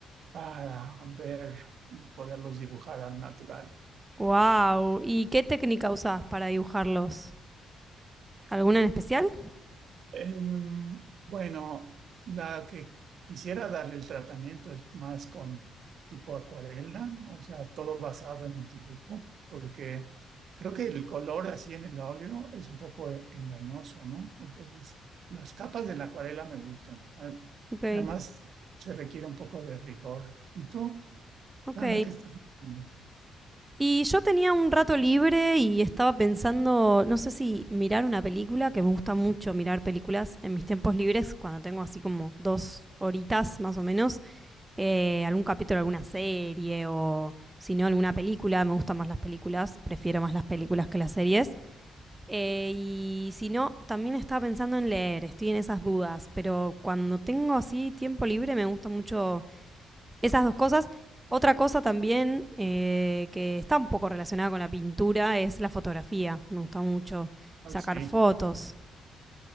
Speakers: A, on the right; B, on the right.
A: para ver y poderlos dibujar al natural.
B: Wow. ¿Y qué técnica usás para dibujarlos? ¿Alguna en especial?
A: Em, bueno, la que quisiera darle el tratamiento es más con tipo acuarela, o sea, todo basado en el dibujo, porque creo que el color así en el óleo es un poco e- engañoso, ¿no? Entonces, las capas de la acuarela me gustan. A-
B: Ok,
A: Además, se requiere un poco de rigor. ¿Y tú,
B: ok.
A: Dana, qué estás haciendo?
B: Y yo tenía un rato libre y estaba pensando, no sé si mirar una película, que me gusta mucho mirar películas en mis tiempos libres, cuando tengo así como dos horitas más o menos. eh, algún capítulo de alguna serie o si no alguna película, me gustan más las películas, prefiero más las películas que las series. Eh, y si no, también estaba pensando en leer, estoy en esas dudas, pero cuando tengo así tiempo libre me gustan mucho esas dos cosas. Otra cosa también eh, que está un poco relacionada con la pintura es la fotografía, me gusta mucho
A: Ah,
B: sacar
A: sí.
B: fotos.